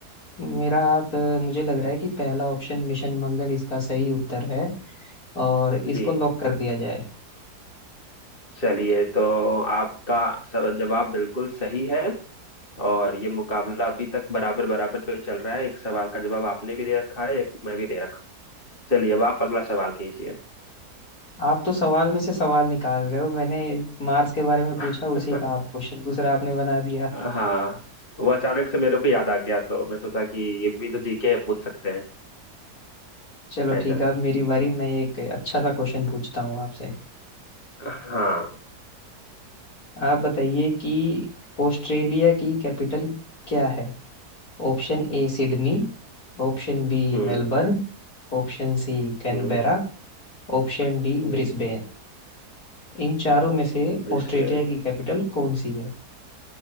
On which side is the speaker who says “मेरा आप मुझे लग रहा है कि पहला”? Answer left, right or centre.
Left